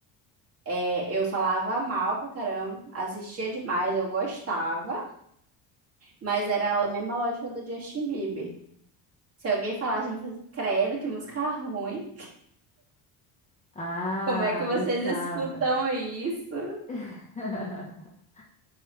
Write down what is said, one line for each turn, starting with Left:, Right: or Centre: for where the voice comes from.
Right: É, eu falava mal pra caramba, assistia demais, eu gostava. Mas era a mesma lógica do Justin Bieber. Se alguém falasse, eu ia fazer, credo, que música ruim.
Left: Ah,
Right: Como é que vocês
Left: gostava.
Right: escutam
Left: né?
Right: isso?
Left: <laughs>